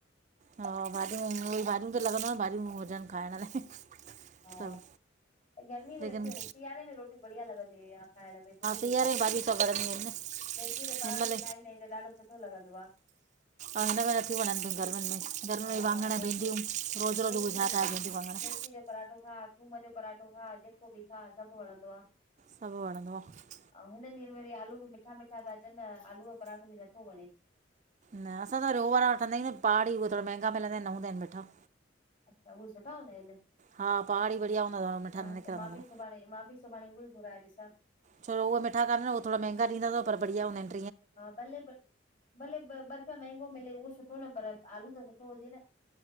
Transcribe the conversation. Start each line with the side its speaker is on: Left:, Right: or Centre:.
Right: हा भाॼियूं, भाॼियूं त लॻंदव, भाॼियूं हुजनि खाइण लाइ।
Left: हा।
Right: सभु
Left: गर्मीअ में
Right: लेकिन
Left: नथी वणे, सियारे में रोटी बढ़िया लॻंदी आ खाइण में, कुछु भी
Right: सीयारे जूं भॼियूं त वणंदियूं इन न।
Left: मेथीअ जो पराठो
Right: हिन महिल
Left: बि खाईंदा आहियूं त ॾाढो सुठो लॻंदो आ।
Right: ऐं हिन खे नथियूं वणंनि गर्मियुनि में, गर्मियुनि
Left: हा
Right: में वांङण
Left: मेथी
Right: भिडियूं रोज़ु
Left: मेथी
Right: रोज़ु उहे
Left: जो
Right: छा ठाहिजनि वांङण।
Left: मेथी जो पराठो खाउ थूम जो पराठो खाउ जेको बि खाउ सभु वणंदो आ।
Right: सभु वणंदो आ।
Left: अऊं हिन ॾींहनि में वरी आलू बि मिठा मिठा ता अचनि न, आलूअ जो पराठो बि नथो वणे।
Right: न असां त रो वारा वठंदा आहियूं न पहाड़ी उहे थोरा महांगा मिलंदा आहिनि न हूंदा आहिनि मिठा।
Left: अछा उए सुठा हूंदा आइन
Right: हा पहाड़ी बढ़िया हूंदा अथव मिठा
Left: हा
Right: न निकिरंदा
Left: त मां
Right: अथव
Left: बि सुभाणे मां बि सुभाणे उए ई घुराए ॾिसा।
Right: छो उए मिठा कानन हो थोड़ा मेंगा ॾींदा तव पर बढ़िया हूंदा आइन।
Left: हा भले भले ॿ रुपया मेहंगो मिले उओ सुठो न पर आलू त सुठो हुजे न।